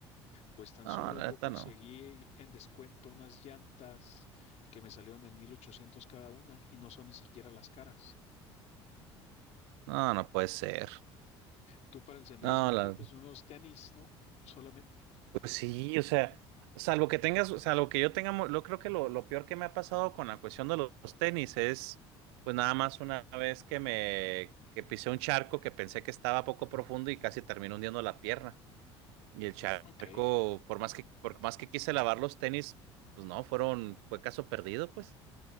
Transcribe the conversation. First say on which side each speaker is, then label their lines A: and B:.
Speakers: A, on the left (about 50°); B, on the right (about 70°).
A: Pues tan
B: No,
A: solo
B: la
A: yo
B: neta
A: conseguí
B: no.
A: en descuento unas llantas que me salieron en 1800 cada una y no son ni siquiera las caras.
B: No, no puede ser.
A: ¿Tú para el senderismo
B: No, la...
A: qué? Pues unos tenis, ¿no? Solamente.
B: Pues sí, o sea, salvo que tengas, salvo que yo tenga, mo- yo creo que lo, lo peor que me ha pasado con la cuestión de los, los tenis es, pues nada más una vez que me, que pisé un charco que pensé que estaba poco profundo y casi terminé hundiendo la pierna. Y el charco,
A: Ok.
B: por más que, por más que quise lavar los tenis, pues no, fueron, fue caso perdido, pues.